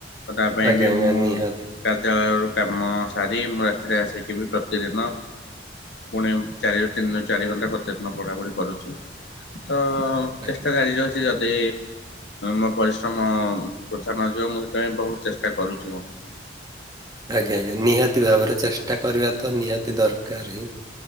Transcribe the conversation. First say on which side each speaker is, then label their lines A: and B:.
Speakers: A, on the left; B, on the right.
A: ତ ତା ପାଇଁ
B: ଆଜ୍ଞା
A: ବି
B: ଆଜ୍ଞା
A: ମୁଁ
B: ନିହାତି
A: କାର୍ଯ୍ୟାଳୟରୁ କାମ ସାରି ମୁଁ ରାତିରେ ଆସିକିିବ ପ୍ରତିଦିନ ପୁଣି ଚାରିରୁ ତିନିରୁ ଚାରି ଘଣ୍ଟା କରତ ପଢାପଢି କରୁଛି ତ
B: ଆଜ୍ଞା।
A: ଚେଷ୍ଟା କରିଉଛି ମୋ ପରିଶ୍ରମ ତଥା ନଯିବ, ମୁଁ ସେଥିପାଇଁ ବହୁତ ଚେଷ୍ଟା କରୁଛି ମୋର।
B: ଆଜ୍ଞା ଆଜ୍ଞା, ନିହାତି ଭାବରେ ଚେଷ୍ଟା କରିବା ତ ନିହାତି ଦରକାର ହିଁ।